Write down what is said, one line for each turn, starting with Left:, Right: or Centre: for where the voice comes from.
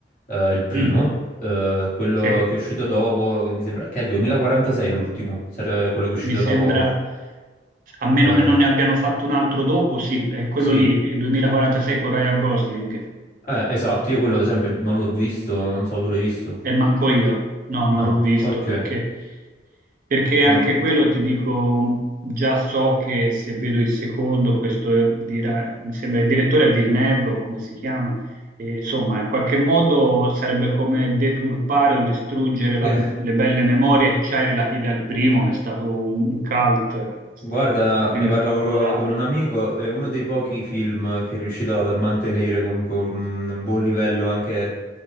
Left: eh, il primo,
Right: Mm,
Left: eh, quello
Right: sì,
Left: che è uscito dopo, che mi sembra, che è 2046 l'ultimo, sare- quello che è uscito
Right: mi sembra,
Left: da poco.
Right: a meno
Left: Eh,
Right: che non ne abbiano fatto un altro dopo, sì, è quello
Left: sì,
Right: lì, il 2046 con Ryan Gosling,
Left: eh, esatto, io quello ad esempio non l'ho visto, non so, tu l'hai visto?
Right: e manco io, no, non
Left: Ah,
Right: l'ho visto
Left: ok.
Right: perché Perché
Left: No,
Right: anche quello ti dico, già so che se vedo il secondo, questo dirà, mi sembra il direttore è Villeneuve, o come si chiama, e, insomma, in qualche modo sarebbe come deturpare o distruggere la-
Left: <laughs>
Right: le belle memorie che c'hai relative al primo, che è stato un, un cult, è stato-
Left: Guarda,
Right: il primo
Left: ne parlavo
Right: è stato memorabile.
Left: con un amico, è uno dei pochi film che è riuscito a mantenere comunque un buon livello anche